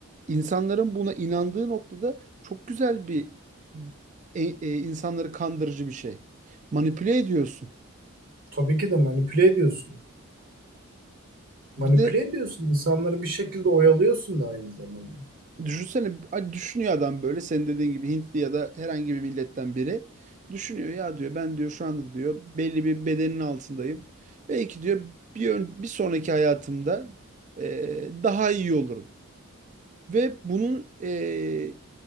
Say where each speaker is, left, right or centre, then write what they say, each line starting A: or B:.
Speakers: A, on the right; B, on the right.
A: İnsanların buna inandığı noktada çok güzel bir e, e, insanları kandırıcı bir şey. Manipüle ediyorsun.
B: Tabii ki de manipüle ediyorsun. Manipüle
A: Bir de
B: ediyorsun. İnsanları bir şekilde oyalıyorsun da aynı zamanda.
A: Düşünsene hani düşünüyor adam böyle senin dediğin gibi Hintli ya da herhangi bir milletten biri düşünüyor ya diyor ben diyor şu anda diyor belli bir bedenin altındayım. Belki diyor bir ön- bir sonraki hayatımda eee, daha iyi olurum ve bunun eee,